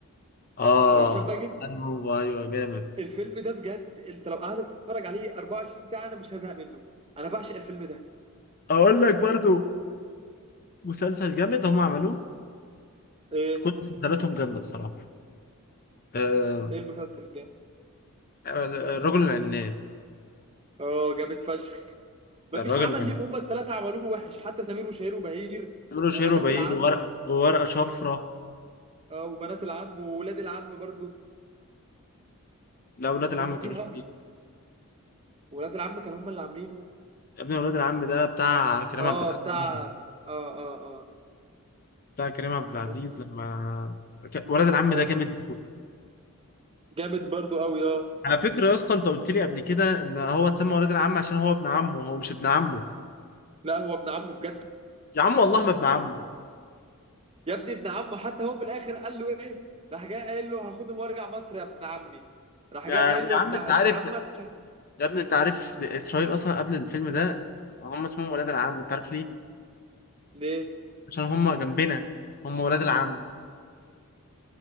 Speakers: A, on the left; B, on the right.
A: اه
B: وهشام ماجد
A: أنا هو ايوه جامد
B: الفيلم ده بجد انت لو قعدت تتفرج عليه 24 ساعة انا مش هزهق منه انا بعشق الفيلم ده
A: واقول لك برضو مسلسل جامد هم عملوه
B: ايه
A: كل مسلسلاتهم جامده بصراحه آه،
B: ايه المسلسل الجامد
A: الرجل العناد
B: اه جامد فشخ مفيش
A: ده الراجل
B: عمل
A: العناد
B: ليهم هما التلاتة عملوه وحش حتى سمير وشهير وبهير
A: بيعملوا
B: وبنات
A: شير وبهير
B: العم
A: وورق وورقة شفرة
B: اه وبنات العم وولاد العم برضو
A: لا ولاد العم
B: جامدين
A: ما كانوش
B: قوي
A: فيه
B: ولاد العم كانوا هما اللي عاملينه
A: يا ابني ولاد العم ده بتاع كريم
B: اه
A: عبد العزيز
B: بتاع اه اه اه
A: بتاع كريم عبد العزيز
B: بس
A: لما ك- ولاد العم
B: ايوه
A: ده جامد موت
B: جامد برضو قوي اه
A: على فكرة يا اسطى انت قلت لي قبل كده ان هو اتسمى ولاد العم عشان هو ابن عمه هو مش ابن عمه
B: لا هو ابن عمه بجد
A: يا عم والله ما ابن عمه
B: يا ابني ابن عمه حتى هو في الاخر قال له ايه راح جاي قايل له هاخدهم وارجع مصر يا ابن عمي راح
A: يا
B: جاي قايل له
A: يا عم
B: ابن
A: انت
B: ابن
A: عارف
B: عمك مش عارف-
A: يا ابني انت عارف اسرائيل اصلا قبل الفيلم ده هم اسمهم ولاد العم انت عارف ليه؟
B: ليه
A: عشان هم جنبنا هم ولاد العم